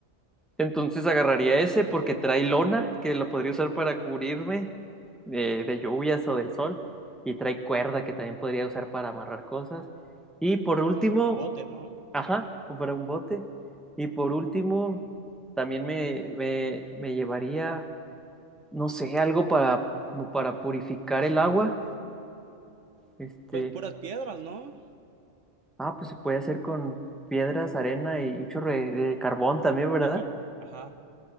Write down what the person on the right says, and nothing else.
Como para un bote, ¿no?
Pues puras piedras, ¿no?
De carbón. Ajá.